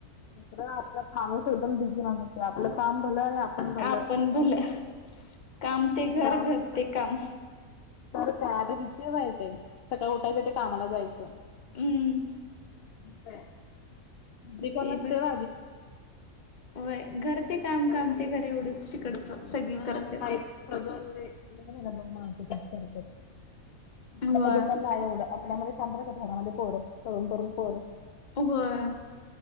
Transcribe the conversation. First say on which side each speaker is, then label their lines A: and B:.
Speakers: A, on the left; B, on the left.
A: इकडं आपला माणूस एकदम बीझी माणूस आहे. आपलं काम भलं आणि आप ण भलं.
B: आपण भलं काम ते घर
A: गाव
B: घर
A: तर
B: ते
A: काय.
B: काम
A: तर काय किती वाईट हाय. सकाळी उठायचं ते कामाला जायचं.
B: हम्म.
A: <unintelligible> घरी
B: ते
A: कोण नसते
B: बर.
A: व
B: होय घर ते काम.
A: अजिबात.
B: काम ते घर एवढंच तिकडचं. सगळी
A: हा
B: करत्यात.
A: आणि काही प्रगले तेच म्हनालतो मातीच करत्यात. आपल्यामध्ये
B: होय
A: पण नाही एवढं. आपल्यामध्ये शांत राहतात घरामध्ये पोर. तरुण तरुण पोर.
B: होय